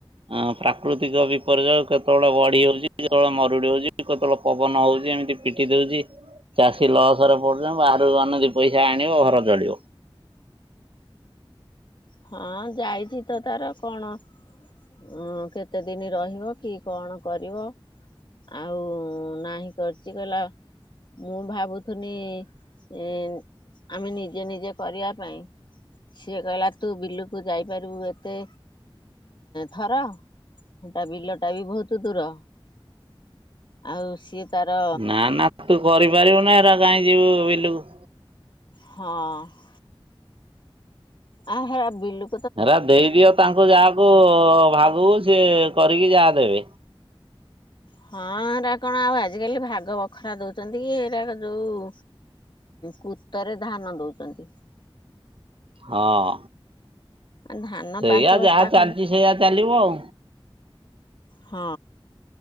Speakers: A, on the right (about 70°); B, on the left (about 55°).
A: ହଁ ପ୍ରାକୃତିକ ବିପର୍ଯ୍ୟୟ କେତେବେଳେ ବଢି ହଉଛି, କେତେବେଳେ ମରୁଡି ହଉଛି, କେତେବେଳେ ପବନ ହଉଛି ଏମିତି ପିଟି ଦଉଛି ଚାଷୀ ଲସରେ ପଡୁଛି ବାହରକୁ ଧାନ ବି ପଇସା ଆଣିବ ଘର ଚଳିବ।
B: ହଁ ଯାଇଛି ତ ତାର କଣ? ହଁ କେତେ ଦିନ ରହିବ କି କଣ କରିବ? ଆଉ ନାହିଁ କରିଛି କହିଲା ମୁଁ ଭାବୁଥିଲି ଏଁ ଆମେ ନିଜେ ନିଜେ କରିବା ପାଇଁ। ସିଏ କହିଲା ତୁ ବିଲୁକୁ ଯାଇପାରିବୁ ଏତେ, ଥର। ସେଟା ବିଲଟା ବି ବହୁତ ଦୂର ଆଉ ସିଏ ତାର
A: ନା ନା ତୁ କରିପାରିବୁ ନା ଏରା କାହିଁ ଯିବୁ ବିଲକୁ?
B: ହଁ। ଆ ହା ବିଲୁ
A: ହେରା ଦେଇଦିଅ ତାଙ୍କୁ ଯାହାକୁ ଭାଗୁକୁ ସିଏ କରିକି ଯାହା ଦେବେ।
B: ହଁ ଏରା କଣ ଆଉ ଆଜିକାଲି ଭାଗ ବଖରା ଦଉଛନ୍ତି କି ଏଇଟା ଯୋଉ କୁତରେ ଧାନ ଦଉଛନ୍ତି।
A: ହଁ।
B: ଧାନ
A: ସେଇଆ
B: ପାଞ୍ଚ ବସ୍ତା
A: ଯାହା ଚାଲିଛି
B: ଖଣ୍ଡେ।
A: ସେଇଆ ଚାଲିବ ଆଉ
B: ହଁ